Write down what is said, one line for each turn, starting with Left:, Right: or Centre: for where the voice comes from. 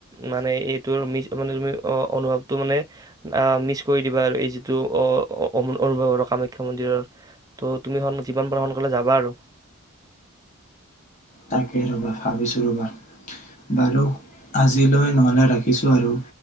Right: মানে এইটো মি মে তুমি অনুভৱটো মানে মিচ কৰি দিবা আৰু এই যিটো অনুভৱ আৰু কামাখ্যা মন্দিৰৰ ত' তুমি যিমান পাৰা সোনকালে যাবা আৰু।
Left: তাকে ৰবা ভাবিছো ৰবা বাৰু আজিলৈ নহলে ৰাখিছো আৰু